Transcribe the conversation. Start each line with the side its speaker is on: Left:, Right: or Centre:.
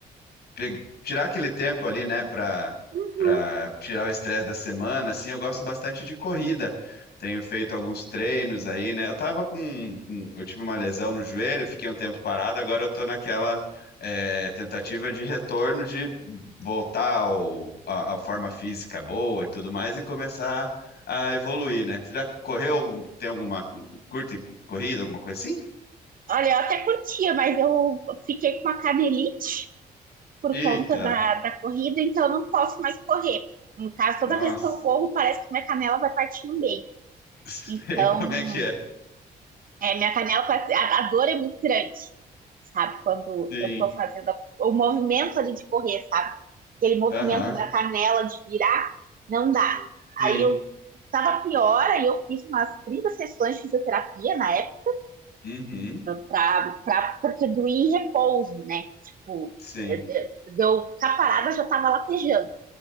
Left: pe- tirar aquele tempo ali, né, para
Right: Uhum.
Left: para tirar o estresse da semana, assim, eu gosto bastante de corrida. Tenho feito alguns treinos aí, né? Eu tava com, um- um, eu tive uma lesão no joelho, fiquei um tempo parado, agora eu tô naquela é, tentativa de retorno de voltar ao, à, à forma física boa e tudo mais e começar a evoluir, né? Você já correu, tem alguma curta corrida, alguma coisa assim?
Right: Olha, eu até curtia, mas eu fiquei com uma canelite por
Left: Eita,
Right: conta da, da corrida, então eu não posso mais correr. No caso, toda
Left: nossa,
Right: vez que eu corro, parece que minha canela vai partir no meio.
Left: <laughs>
Right: Então,
Left: sei como é que é.
Right: é, minha canela, parece- a, a dor é muito grande, sabe? Quando
Left: Sim.
Right: eu tô fazendo a- o movimento ali de correr, sabe? Aquele movimento
Left: Aham,
Right: da canela de virar, não dá.
Left: sim.
Right: Aí eu tava pior, aí eu fiz umas 30 sessões de fisioterapia na época,
Left: Uhum,
Right: pra, pra, porque doía em repouso, né? Tipo,
Left: sim.
Right: é, é, deu eu- ficar parada, eu já tava latejando.